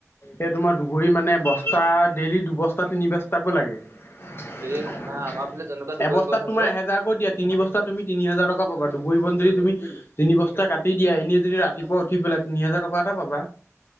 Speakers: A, on the left; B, on the right.
A: তে তোমাৰ দুবৰি মানে বস্তা ডেইলি দুবস্তা তিনি বস্তাকো লাগে। এবস্তাত
B: এই শুনা আমাৰ ফালে যেনেকুৱা দুবৰি গছ
A: তোমাৰ
B: আছে
A: এহেজাৰকো দিয়ে তিনি বচ তুমি তিনি হাজাৰ টকা পাবা দুুুবৰিবন যদি তুমি তিনি বস্তা কাটি দিয়া এনে যদি ৰাতিপুৱা উঠি পেলাই তিনি হাজাৰ টকা এটা পাবা।